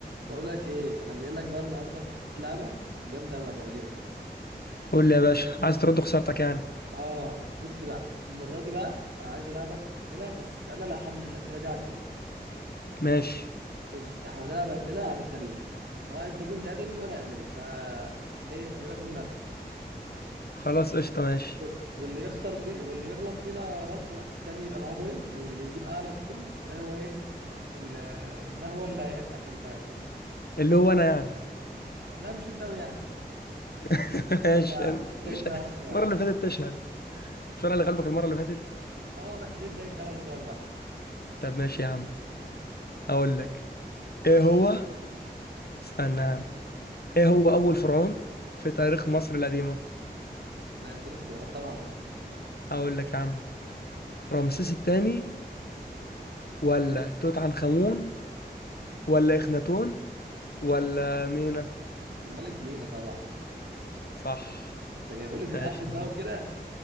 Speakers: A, on the right (about 80°); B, on the left (about 65°).
A: بقول لك ايه انا جاي لك بقى النهارده بحته لعبه جامده قوي هتعجبك
B: قول لي يا باشا عايز ترد خسارتك يعني
A: اه بص بقى المره دي بقى انا عايز العبك اسئله بس انا اللي هحدد الاسئله دي عن ايه
B: ماشي
A: بص احنا هنلعب اسئله عن التاريخ طبعا انت كنت ادبي وانا ادبي فا ايه هيبقى في منافسه
B: خلاص قشطه ماشي
A: بص واللي يخسر فيه واللي يغلط فينا غلطه التاني يبقى معاه بوينت واللي يجيب اعلى سكور ده هو ايه ال- ده هو اللي هيبقى كسبان
B: اللي هو انا يعني
A: لا مش انت ويعني
B: <laughs> ماشي
A: يلا يا عم ابدا
B: مش
A: انت اول سؤال
B: المره اللي فاتت تشهد مش انا اللي غلبك المره اللي فاتت
A: اه بس ابدا انت اول سؤال بقى
B: طب ماشي يا عم هقول لك ايه هو استنى يا عم ايه هو اول فرعون في تاريخ مصر القديمه
A: لا اديني اختيارات طبعا
B: هقول لك يا عم رمسيس الثاني ولا توت عنخ امون ولا اخناتون ولا مينا
A: الملك مينا طبعا
B: صح
A: انت جايبه لي في الاخر
B: ماشي
A: بقى وكده